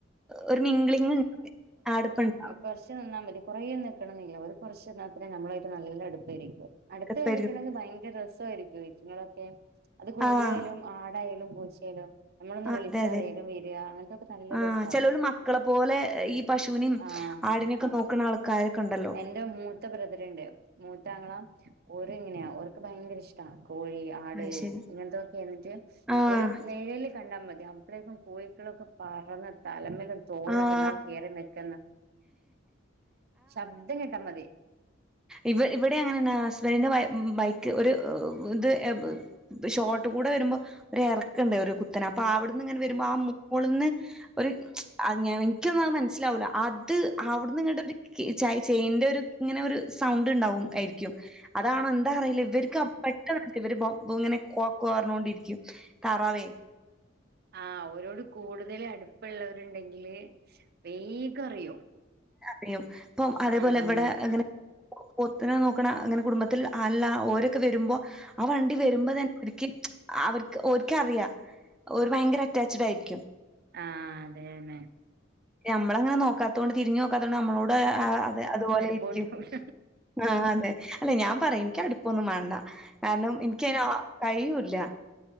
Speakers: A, in the centre; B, on the right.
A: ഒരു മിഗ്ലിങ് ആട്പ്പണ്ടാവും.
B: കുറച്ച് നിന്നാൽ മതി. കൊറേ നൽക്കണ എന്നില്ല. ഒരു കൊറച്ച് നിന്നാത്രെ നമ്മളായിട്ട് നല്ല അടുപ്പായിരിക്കും. അടുത്ത്
A: അടുപ്പായിരിക്കും
B: കഴിഞ്ഞിക്കുണ്ടെങ്കിൽ ഭയങ്കര രസ വായിരിക്കും. ഇറ്റങ്ങളൊക്കെ അത് കോഴിയായാലും
A: ആഹ്
B: ആ യാലും പൂച്ചായാലും നമ്മളൊന്ന്
A: ആഹ്
B: വിളിച്ചാ
A: അതെ അതെ
B: വേഗം വര. അങ്ങൻ ത്തൊക്കെ നല്ല
A: ആഹ്
B: രസ.
A: ചെലോല് മക്കളെ പോലെ ഈ പശുവിനും
B: ആഹ്
A: ആടിനെയൊക്കെ നോക്ക്ണ ആൾക്കാരൊക്കെ ഇണ്ടല്ലോ.
B: ഇന്റെ മൂത്ത ബ്രദറ്ണ്ട്. മൂത്താംങ്ങള ഓര് ഇങ്ങനെയാ. ഓർക്ക് ഭയങ്കര ഇഷ്ട കോഴി <unintelligible> ആട്.
A: അഹ് ശരി
B: ഇങ്ങൻ ത്തൊക്കെ ഇന്നിട്ട്
A: ആഹ്
B: ഒര് നിയല് കണ്ടാ മതി. അപ്പളേക്കും കോഴിക്കളൊക്കെ പറന്ന് തലമെലും തോളിലൊക്കെ
A: ആഹ്
B: ഇണ്ടാവും കേറി നിക്ക്ന്ന്. ശബ്ദം കേട്ടാ മതി.
A: ഇവ് ഇവടെ അങ്ങനെന്നാ ഹസ്ബെന്റിൻ്റെ ബെ ബെയ്യ്ക്ക് ഒര് ഇത്. ഷോട്ട് കൂടെ വെര്മ്പോ ഒര് എറക്കണ്ടേ ഒരു കു ത്തനെ. അപ്പൊ അവട്ന്ന് ഇങ്ങനെ വെരുമ്പ
B: ഉം
A: ആഹ് മോളിന്ന് ഒര് എനിക്കൊന്നും അത് മനസ്സിലാവൂല അ ത് അവ്ട്ന്ന് ഇങ്ങട്ട ഒര് ചാ ചെയിന്റെ ഒര് ഇങ്ങനെ ഒര് സൗണ്ട് ഇണ്ടാവും ആരിക്കും. അതാണോ എന്താ അറില്ലാ. ഇവര്ക്ക് പെട്ടെന്ന് ഇവര് ഇങ്ങനെ <unintelligible> ഇരിക്കും താറാവെ.
B: ആഹ്. ഒരോട് കൂടുതല് അട്പ്പള്ളവര് ഇണ്ടെങ്കില് വേഗം അറിയും.
A: റിയും. ഇപ്പം അതേപോലെ
B: ആഹ്
A: ഇവടെ ഇങ്ങനെ പൊത്തിനെ നോക്ക്ണാ അങ്ങനെ കുടുംബത്തി അല്ല ഓരൊക്കെ വെരുമ്പം ആഹ് വണ്ടി വെര്മ്പ തെ ഓരിക്ക് അവര്ക്ക് ഓരിക്ക് അറിയാ. ഓര് പയങ്കര അറ്റാച്ചഡ് ആരിക്കും
B: ആഹ് അത് ന്നെ
A: നമ്മള് അങ്ങനെ നോക്കാത്തൊണ്ട് തിരിഞ്ഞ് നോക്കാത്തോണ്ട് നമ്മളോട് അതേ അത് പോലെ
B: അടുപ്പണ്ടാവൂല
A: ആയിരിക്കും. ആഹ്. അതെ. അല്ലെ ഞാൻ പറയും എന്ക്ക് അട്പ്പൊന്നും മാണ്ടാ. കാര്ണം എനിക്ക്യയ്നെ ആ കയിയൂല്ല.